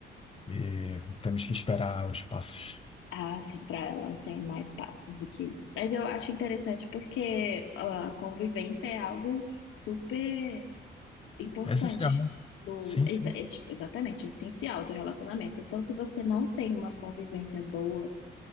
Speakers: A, on the left; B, on the left.
A: e temos que esperar os passos.
B: Ah, sim, para ela não tem mais passos do que isso. Mas eu acho interessante porque a convivência é algo super importante
A: É essencial.
B: do,
A: Sim,
B: exa-
A: sim.
B: é, tipo, exatamente, essencial do relacionamento. Então, se você não tem uma convivência boa